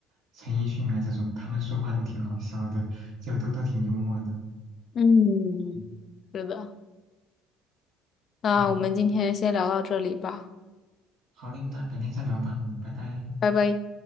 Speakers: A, on the right; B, on the left.
A: 陈奕迅啊这种，他们说话都挺好笑的，就都都挺幽默的。
B: 嗯，
A: 嗯
B: 是的。那我们今天先聊到这里吧，
A: 嗯，好嘞，那改天再聊吧，嗯，拜拜。
B: 拜拜。